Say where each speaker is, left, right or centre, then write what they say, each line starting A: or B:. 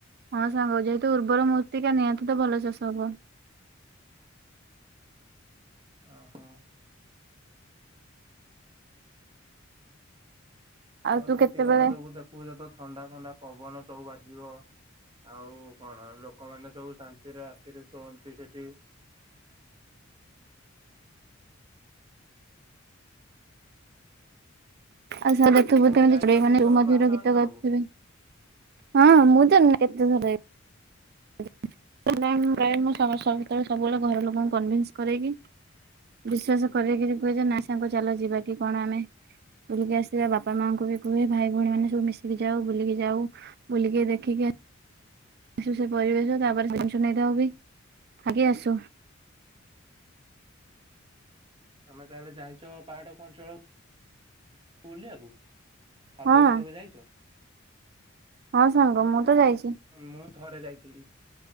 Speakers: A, on the right; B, on the right.
A: ହଁ ସାଙ୍ଗ ଯେହେତୁ ଉର୍ବର ମୂର୍ତ୍ତିକା ନିହାତିତ ଭଲ ଚାଷ ହବ।
B: ଓହୋ। ଆଉ
A: ତୁ
B: ସେଠିକାର
A: କେତେବେଳେ
B: ସବୁ ଦେ ଖୁଚତ ଥଣ୍ଡା ଥଣ୍ଡା ପବନ ସବୁ ବାଜିବ ଆଉ କଣ ଲୋକମାନେ ସବୁ ଶାନ୍ତିରେ ରାତିରେ ଶୁଅନ୍ତି ସେଠି
A: ଆଉସାଙ୍ଗ ଦେଖିବୁ
B: ତମେ
A: କେମିତି
B: ଯାଇଛ
A: ଚଡ଼େଇ
B: କି
A: ମାନେ
B: କେବେ
A: <unintelligible>
B: ପାହାଡ
A: ଗୀତ
B: ଅଞ୍ଚଳକୁ?
A: ଗାଉଥିବେ। ହଁ ମୁଁତ <unintelligible> କେତେ ଥର <unintelligible> <unintelligible> ସମସ୍ତଙ୍କୁ ସେତେବେଳେ ସବୁବେଳେ ଘର ଲୋକଙ୍କୁ କନନ୍ସ କରେଇକି ବିଶ୍ଵାସ କରିକିରି କୁହେଯେ ନାସାଙ୍ଗ ଚାଲ ଯିବା କି କଣ ଆମେ। ବୁଲିକି ଆସିବା ବାପା ମାଆଙ୍କୁବି କୁହେ ଭାଇ ଭଉଣୀ ମାନେ ସବୁ ମିଶିକି ଯାଉ ବୁଲିକି ଯାଉ ବୁଲିକି ଦେଖିକି ଆ। ଆସୁ ସେ ପରିବେଶ ତାପରେ ଜିନିଷ ନେଇଥାଉ ବି ଆଗି ଆସୁ।
B: ତମେ ତାହେଲେ ଜାଇଛ ପାହାଡ କ ଅଞ୍ଚଳ ବୁଲିଆକୁ। ଆଗରୁ
A: ହଁ
B: କେବେ ଯାଇଛ।
A: ହଁ ସାଙ୍ଗ ମୁଁ ତ ଯାଇଛି।
B: ମୁଁ ଥରେ ଯାଇଥିଲି